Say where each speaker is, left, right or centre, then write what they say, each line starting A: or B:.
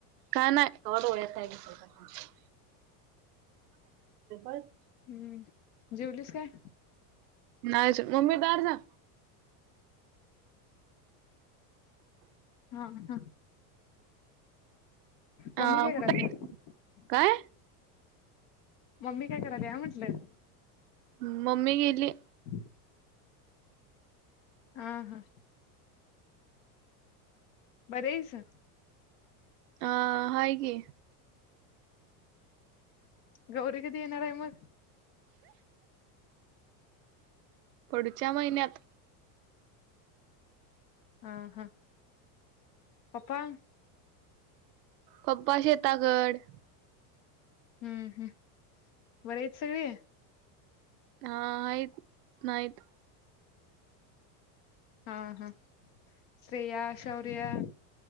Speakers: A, on the right (about 85°); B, on the left (about 50°).
A: काय नाही. कट <unintelligible> <unintelligible>
B: हम्म. जेवलीस काय?
A: नाही अजून. मम्मी <unintelligible> जा.
B: हा हा.
A: अं,
B: ममी काय
A: कुठं
B: <unintelligible>
A: आहे? काय
B: मम्मी काय करायते? हा म्हंटलं.
A: हं. मम्मी गेलीये.
B: हम्. हा. हा. बरेय सा?
A: आं. हाये की.
B: गौरी कधी येणार आहे मग?
A: <inaudible> पुढच्या महिन्यात
B: हा हा. पपा.
A: पप्पा शेताकड.
B: हुं. हुं. बरी हायेत सगळी?
A: हा हायीत, नाहित.
B: हा हा. श्रेया, शौर्य?